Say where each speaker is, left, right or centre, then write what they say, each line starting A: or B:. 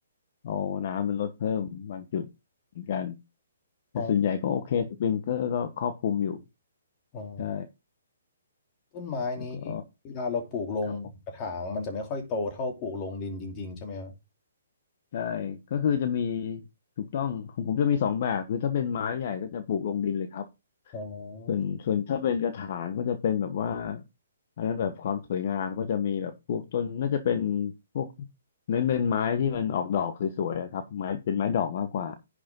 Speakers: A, on the left; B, on the left.
A: เอาน้ำมันลดเพิ่มบางจุดเหมือนกัน แต่ส่วนใหญ่ก็โอเคสปริงเกอร์ก็ครอบคลุมอยู่
B: อ๋ออ๋อ
A: ใช่
B: ต้นไม้นี้เวลาเราปลูกลงกระถางมันจะไม่ค่อยโตเท่าปลูกลงดินจริงๆใช่ไหมครับ
A: แล้วก็ครับผมใช่ก็คือจะมีถูกต้องของผมจะมีสองแบบคือถ้าเป็นไม้ใหญ่ก็จะปลูกลงดินเลยครับ
B: อ๋อ
A: ส่วนส่วนถ้าเป็นกระถางก็จะเป็นแบบว่าอันนั้นแบบความสวยงามก็จะมีแบบพวกต้นน่าจะเป็นพวกเน้นเป็นไม้ที่มันออกดอกสวยๆอะครับไม้เป็นไม้ดอกมากกว่า